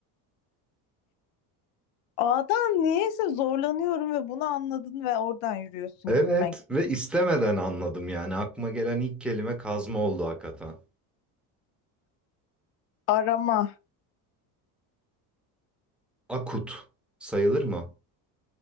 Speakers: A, on the left (about 85°); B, in the centre.
A: A'dan niyeyse zorlanıyorum ve bunu anladın ve oradan yürüyorsun
B: Evet
A: gibime.
B: ve istemeden anladım yani. Aklıma gelen ilk kelime kazma oldu hakikaten.
A: Arama.
B: Akut. Sayılır mı?